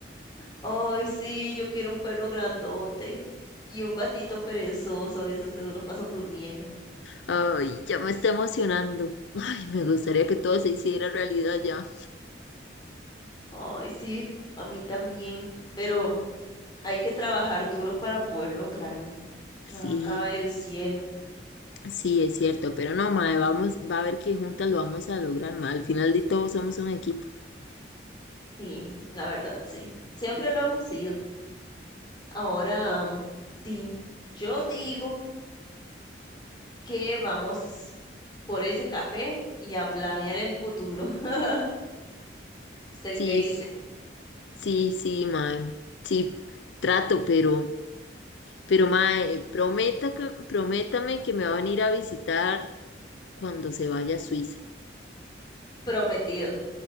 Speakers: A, on the left; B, on the left.
A: Ay, sí, yo quiero un perro grandote y un gatito perezoso, esos que solo pasan durmiendo.
B: Ay, ya me está emocionando. Ay, me gustaría que todo se hiciera realidad ya.
A: Ay, sí, a mí también, pero hay que trabajar duro para poder lograrlo.
B: Sí,
A: Nada cae del cielo.
B: sí, es cierto, pero no, mae, vamos, va a ver que juntas lo vamos a lograr, mae. Al final de todo somos un equipo.
A: Sí, la verdad, sí. Siempre lo hemos sido. Ahora, mm, sí, yo digo que vamos por ese café y a planear el futuro. <laughs> ¿Usted
B: Sí,
A: qué dice?
B: sí, sí, sí, mae. Sí, trato, pero, pero mae, eh, prometa que, prométame que me van a ir a visitar cuando se vaya a Suiza.
A: Prometido.